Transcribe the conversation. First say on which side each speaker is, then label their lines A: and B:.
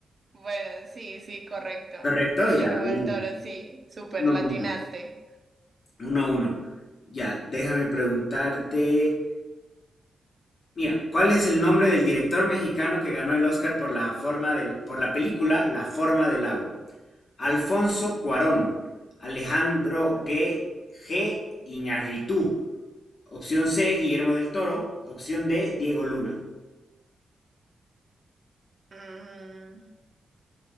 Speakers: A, on the right (about 45°); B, on the left (about 55°).
A: Bueno, sí, sí, correcto.
B: ¿Correcto?
A: Guillermo
B: Ya, bien.
A: del Toro, sí, super
B: Uno,
A: latinaste.
B: uno, uno. uno. Ya, déjame preguntarte. Mira, ¿cuál es el nombre del director mexicano que ganó el Oscar por la forma del, por la película La forma del agua? Alfonso Cuarón, Alejandro G. G. Iñárritu. Opción C, Guillermo del Toro. Opción D, Diego Luna.
A: Mm,